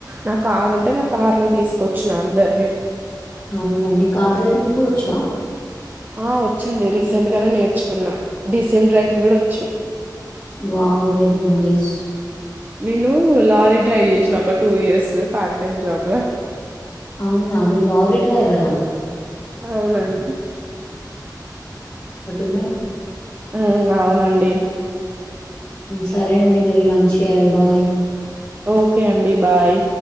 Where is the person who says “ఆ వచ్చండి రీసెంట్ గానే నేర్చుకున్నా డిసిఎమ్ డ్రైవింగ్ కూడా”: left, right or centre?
Right